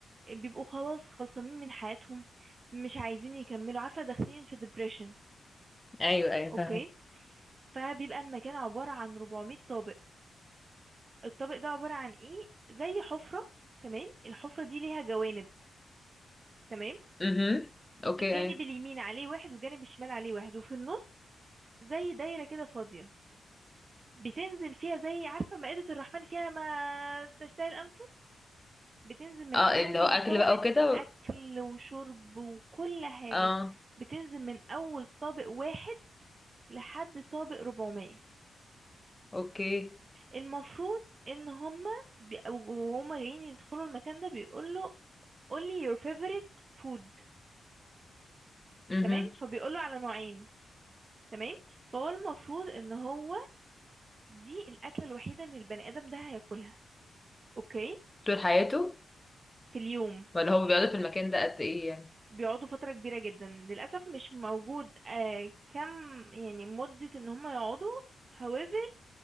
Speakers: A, on the right (about 45°); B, on the left (about 20°).
A: بيبقوا خلاص خلصانين من حياتهم مش عايزين يكملوا عارفة داخلين في depression
B: ايوه ايوه
A: اوكي
B: فاهمة
A: فبيبقى المكان عبارة عن 400 طابق الطابق ده عبارة عن ايه زي حفرة تمام الحفرة دي ليها جوانب تمام
B: اها اوكي
A: الجانب
B: ايوه
A: اليمين عليه واحد والجانب الشمال عليه واحد وفي النص زي دايرة كده فاضية بتنزل فيها زي عارفة مائدة الرحمن فيها ما تشتهي الأنفس بتنزل من
B: اه اللي
A: أول
B: هو أكل
A: طابق
B: بقى وكده
A: أكل وشرب وكل حاجة
B: اه
A: بتنزل من أول طابق واحد لحد طابق 400
B: اوكي
A: المفروض ان هما بي- وهما جايين يدخلوا المكان ده بيقول له قول لي your favorite food
B: اها
A: تمام فبيقول له على نوعين تمام فهو المفروض ان هو دي الاكله الوحيده ان البني ادم ده هياكلها اوكي
B: طول حياته
A: في اليوم
B: ولا هو بيقعدوا في المكان ده قد ايه يعني
A: بيقعدوا فتره كبيره جدا للاسف مش موجود آه كم يعني مده ان هم يقعدوا however